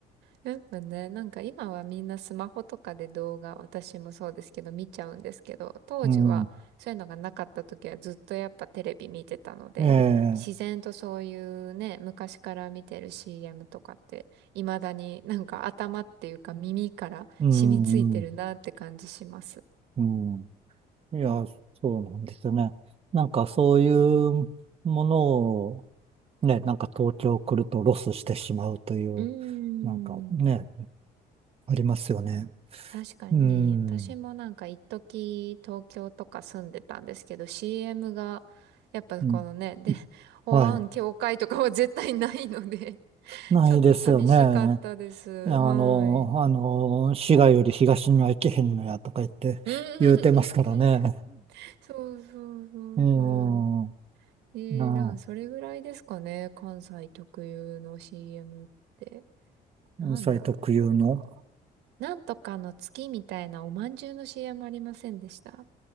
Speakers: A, on the right; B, on the right.
A: やっぱね、なんか今はみんなスマホとかで動画、私もそうですけど見ちゃうんですけど、当時はそういうのがなかった時はずっとやっぱテレビ見てたので、
B: うん。ええ、
A: 自然とそういうね、昔から見てる CM とかって、未だになんか頭っていうか耳から染みついてるなって感じします。
B: うん、うん、うん。いや、そうなんですよね。なんかそういうものを、ね、なんか東京来るとロスしてしまうという、
A: うーん。
B: なんかね、ありますよね。
A: 確かに、
B: うん、
A: 私もなんか一時東京とか住んでたんですけど、CM が、やっぱこのね、
B: うん、
A: で、<laughs> 保安協会とかは絶対ないので、
B: はい。
A: <laughs>
B: ないですよね。
A: ちょっと寂しかったです。
B: あの、
A: はい。
B: あの、滋賀より東には行けへんのやとか言って言うてますからね。
A: うん。<laughs> そうそうそうそう。
B: うん、
A: えー、
B: なあ、
A: なんかそれぐらいですかね、関西特有の CM って。
B: 関西特有の、
A: なんだろう、他。なんとかの月みたいなおまんじゅうの CM ありませんでした